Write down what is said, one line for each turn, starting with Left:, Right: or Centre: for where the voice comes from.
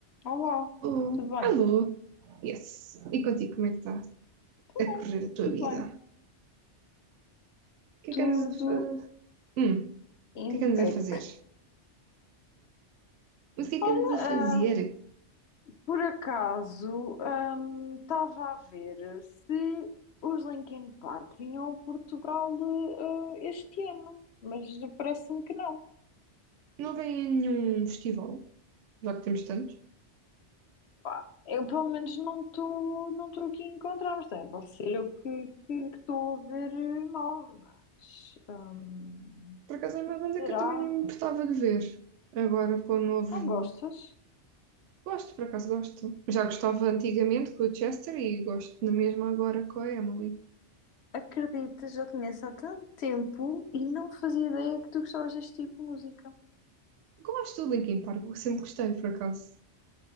Left: Olá,
Right: Alô,
Left: tudo bem?
Right: alô, yes. E contigo, como é que está
Left: Tudo
Right: a
Left: bem,
Right: correr a tua
Left: tudo
Right: vida?
Left: bem.
Right: O que
Left: Tudo
Right: é que andas a fazer? Hum, o
Left: impec.
Right: que é que andas a fazer? Mas o que é
Left: Olha,
Right: que andas a fazer?
Left: ah, por acaso, ahm, estava a ver se os Linkin Park vinham a Portugal, ah, este ano, mas parece-me que não.
Right: Não vem a nenhum festival, já que temos tantos.
Left: Pá, eu pelo menos não estou não estou aqui a encontrar, mas também pode ser eu que que- que estou a ver eh, mal, mas ahm,
Right: Por acaso é uma banda
Left: será?
Right: que eu também não me importava de ver. Agora com o novo.
Left: Ah, gostas?
Right: Gosto, por acaso gosto. Já gostava antigamente com o Chester e gosto na mesma agora com a Emily.
Left: Acredita, já te conheço há tanto tempo e não fazia ideia que tu gostavas deste tipo de música.
Right: Gosto do Linkin Park, sempre gostei, por acaso.